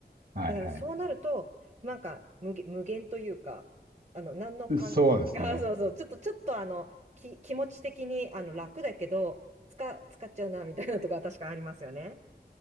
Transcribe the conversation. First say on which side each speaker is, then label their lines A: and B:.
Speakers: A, on the right; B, on the right.
A: はいは
B: だからそうなると、なんか無限、無限というか、あの、何のかん、
A: い。そうですね。
B: <laughs> そうそう、ちょっと、ちょっとあの、き、気持ち的にあの楽だけど、使、使っちゃうな、みたいなとこは確かありますよね。